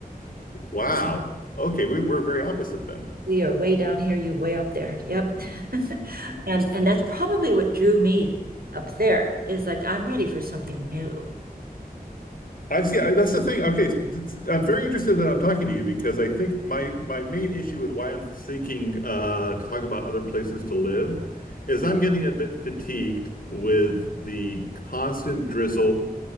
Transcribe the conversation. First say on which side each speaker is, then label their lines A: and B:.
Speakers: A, on the left; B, on the right.
A: Wow.
B: So
A: Okay, we, we're very opposite then.
B: we are way down here, you way up there. Yep. <laughs> And and that's probably what drew me up there is like I'm ready for something new.
A: I see. I, that's the thing. Okay, s- s- I'm very interested that I'm talking to you because I think my my main issue with why I'm thinking uh, to talk about other places to live is I'm getting a bit fatigued with the constant drizzle,